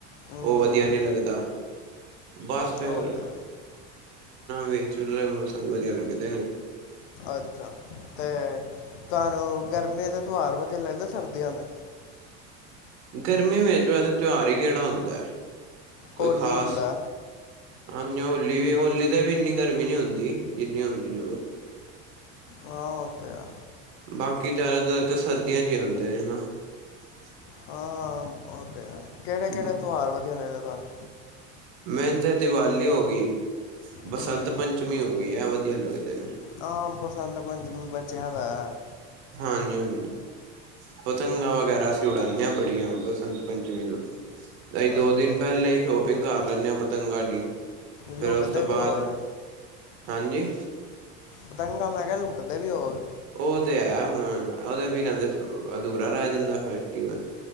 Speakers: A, on the left; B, on the right.
A: ਹੂੰ
B: ਉਹ ਵਧੀਆ ਨਹੀਂ ਲੱਗਦਾ ਬਸ ਫੇਰ,
A: ਉਹ ਤੇ
B: ਵਿਚ ਵਾਲੇ ਮੌਸਮ ਵਧੀਆ ਲੱਗਦੇ ਨੇ
A: ਅੱਛਾ ਤੇ ਤੁਹਾਨੂੰ ਗਰਮੀਆਂ ਦੇ ਤਿਉਹਾਰ ਲਗਦੇ, ਸਰਦੀਆਂ ਦੇ
B: ਗਰਮੀ ਵਿੱਚ ਤੇ ਵੈਸੇ ਤਿਉਹਾਰ ਹੀ ਕਿਹੜਾ ਹੁੰਦਾ ਹੈ, ਕੋਈ
A: ਹੋਲੀ
B: ਖ਼ਾਸ?
A: ਹੁੰਦਾ
B: ਹਾਂਜੀ ਹੋਲੀ ਵੀ, ਹੋਲੀ ਤੇ ਵੀ ਇੰਨੀ ਗਰਮੀ ਨੀ ਹੁੰਦੀ ਜਿੰਨੀ, ਹੁੰਦੀ
A: ਹਾਂ, ਓ ਤੇ ਹੈ।
B: ਬਾਕੀ ਜ਼ਿਆਦਾਤਰ ਤਾਂ ਸਰਦੀਆਂ'ਚ ਹੀ ਹੁੰਦੇ ਨੇ, ਨਾ। <inaudible>
A: ਆ, ਉਹ ਤੇ ਹੈ, ਕਿਹੜੇ
B: ਨਾ
A: ਕਿਹੜੇ ਤੋਹਾਰ ਵਧੀਆ ਲੱਗਦੇ ਤੁਹਾਨੂੰ?
B: ਮੈਨੂੰ ਤੇ ਦੀਵਾਲੀ ਹੋਗੀ, ਬਸੰਤ
A: ਹੂੰ
B: ਪੰਚਮੀ ਹੋਗੀ, ਐ ਵਧੀਆ ਲੱਗਦੇ ਨੇ।
A: ਹਾਂ, ਬਸੰਤ ਪੰਚਮੀ ਬਚਿਆਂ ਦੈ।
B: ਹਾਂਜੀ-ਹਾਂਜੀ, ਪਤੰਗਾ ਵਗੈਰਾ ਉੜਾਂਨੇ ਆਂ ਬੜੀਆਂ ਬਸੰਤ ਪੰਚਮੀ ਨੂੰ। ਅਹੀ ਦੋ-ਦਿਨ
A: ਅੱਛਾ,
B: ਪਹਿਲਾਂ ਹੀ ਸ਼ੋ ਸ਼ੌਪਿੰਗ ਕਰ ਲੈਂਨੇ ਆ ਪਤੰਗਾ ਦੀ,
A: ਲੁੱਟਦੇ
B: ਫੇਰ ਉਸ ਤੋਂ ਬਾਅਦ,
A: ਵੀ ਹੋਵੋਗੇ
B: ਹਾਂਜੀ।
A: ਪਤੰਗਾ ''ਮੈਂ ਕਿਹਾ ਲੁੱਟਦੇ ਵੀ ਹੋਓਗੇ?
B: ਉਹ ਤੇ ਹੈ ਹੁਣ, ਉਹਦੇ ਬਿਨਾਂ ਤੇ ਅਧੂਰਾ ਰਹਿ ਜਾਂਦਾ ਫੈਸਟੀਵਲ।